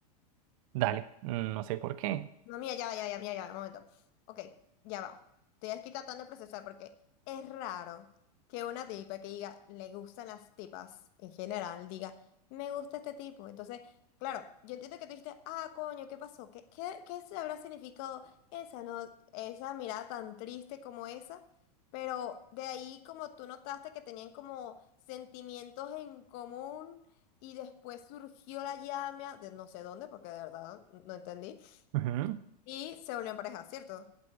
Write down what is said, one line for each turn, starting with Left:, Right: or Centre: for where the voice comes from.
Right: Dale, mm, no sé por qué.
Left: No, mira, ya va, ya va, ya va, ya va, un momento. Ok, ya va. Estoy aquí tratando de procesar porque es raro que una tipa que diga, le gustan las tipas en general, diga, me gusta este tipo. Entonces, claro, yo entiendo que tú dijiste, ah, coño, ¿qué pasó? ¿Qué, qué, qué se habrá significado esa, no, esa mirada tan triste como esa? Pero de ahí como tú notaste que tenían como sentimientos en común y después surgió la llama de no sé dónde, porque de verdad no entendí.
Right: Ujú.
Left: Y se volvieron pareja, ¿cierto?